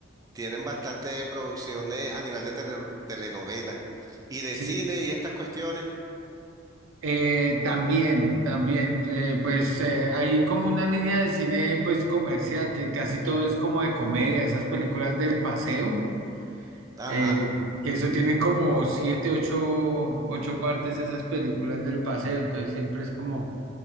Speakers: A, on the right (about 20°); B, on the right (about 90°).
A: Tienen bastante producciones a nivel de tele- telenovela y de
B: <laughs>
A: cine y estas cuestiones.
B: Eh, también, también, eh, pues eh, hay como una línea de cine pues comercial que casi todo es como de comedia, esas películas del paseo,
A: Ajá,
B: eh,
A: Mm.
B: que eso tienen como siete, ocho, ocho partes esas películas del paseo, entonces siempre es como,